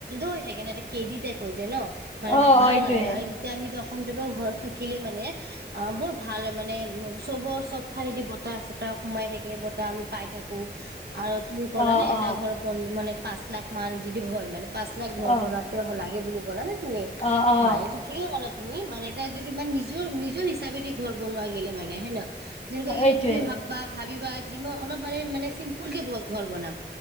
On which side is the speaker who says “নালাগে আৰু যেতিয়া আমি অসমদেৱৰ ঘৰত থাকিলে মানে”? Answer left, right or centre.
Right